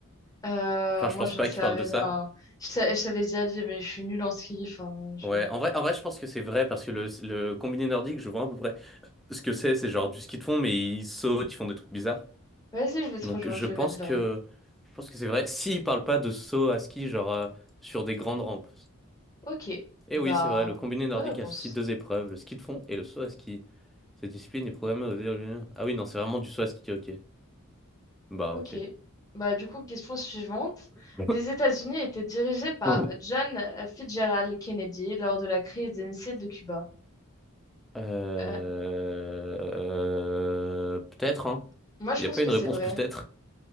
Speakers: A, on the left (about 15°); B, in the centre.
A: Euh,
B: Enfin,
A: moi,
B: je pense
A: j'en
B: pas
A: sais
B: qu'il parle
A: rien.
B: de ça.
A: Je t'a- je t'avais déjà dit, mais je suis nulle en ski. Enfin, je...
B: Ouais, en vrai, en vrai, je pense que c'est vrai parce que le, le combiné nordique, je vois à peu près. ce que c'est, c'est genre du ski de fond, mais ils sautent, ils font des trucs bizarres.
A: Vas-y, je vais te
B: Donc
A: rejoindre,
B: je
A: je
B: pense
A: vais mettre vrai.
B: que je pense que c'est vrai. S'ils parlent pas de saut à ski, genre euh, sur des grandes rampes.
A: Ok,
B: Et
A: bah,
B: oui, c'est vrai, le combiné nordique
A: bonne réponse.
B: associe deux épreuves, le ski de fond et le saut à ski. Cette discipline est programmée aux... Ah oui, non, c'est vraiment du saut à ski, ok. Bah
A: Ok.
B: ok.
A: Bah, du coup, question suivante.
B: D'accord.
A: Les États-Unis étaient dirigés par
B: <laughs>
A: John Fitzgerald Kennedy lors de la crise des missiles de Cuba.
B: Euh,
A: Euh,
B: euh, Peut-être, hein.
A: moi, je
B: Il n'y
A: pense
B: a pas
A: que
B: une
A: c'est
B: réponse,
A: vrai.
B: peut-être.